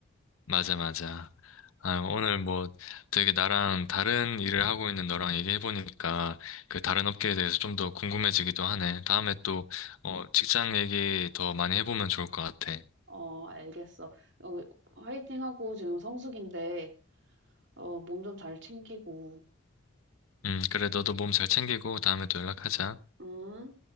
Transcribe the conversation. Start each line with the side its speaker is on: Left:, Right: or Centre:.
Left: 맞아, 맞아. 아, 오늘 뭐 되게 나랑 다른 일을 하고 있는 너랑 얘기해보니까 그 다른 업계에 대해서 좀 더 궁금해지기도 하네. 다음에 또, 어, 직장 얘기 더 많이 해보면 좋을 것 같아.
Right: 어 알겠어. 어 화이팅하고 지금 성수기인데 어 몸 좀 잘 챙기고.
Left: 음, 그래, 너도 몸 잘 챙기고 다음에 또 연락하자.
Right: 응